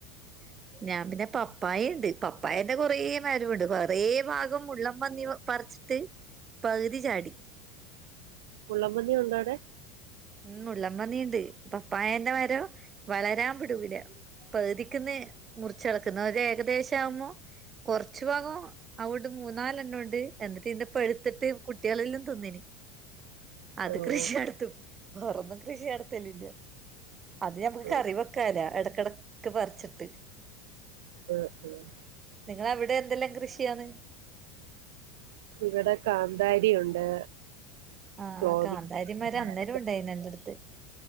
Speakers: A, on the right; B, on the right.
A: <inaudible> ഞാൻ പിന്നെ പപ്പായുണ്ട് പപ്പായിന്റെ കൊറേ മരുമുണ്ട് കൊറേ ഭാഗം ഉള്ളം പന്നി പറിച്ച് ത്ത് പകുതി ചാടി
B: മുള്ളംപന്നി ഉണ്ടാവിടെ
A: ഉം മുള്ളംപന്നീണ്ട് പപ്പായേന്റെ മരോം വളരാൻ വിടൂല പകുതിക്ക്ന്ന് മുറിച്ചെടക്ക്ന്ന ഒരേകദേശം ആവുംമൊ കൊറച്ചു ഭാഗം അവുട്ന്ന് മൂന്നാലെണ്ണൊണ്ട് എന്നിട്ട് ഇത്പ്പ എടുത്തിട്ട് കുട്ടികളെല്ലാം തിന്നീനി അത്
B: ഓ
A: കൃഷി നടത്തും പൊറൊന്നും കൃഷി നടത്തലില്ല അത് ഞമ്മക്ക്
B: ചുവപ്പ്
A: കറി വെക്കാല എടക്കിട ഒക്ക പറിച്ചിട്ട്
B: ഉം ഉം
A: നിങ്ങള അവിടെ എന്തെല്ലാം കൃഷിയാണ്
B: ഇവിടെ കാന്താരി ഉണ്ട്
A: ആഹ്
B: തോവിക്ക
A: കാന്താരി മരം
B: ഉണ്ട്ക്കുണ്ട്
A: അന്നേരം ഉണ്ടായിന് എന്റെടുത്ത്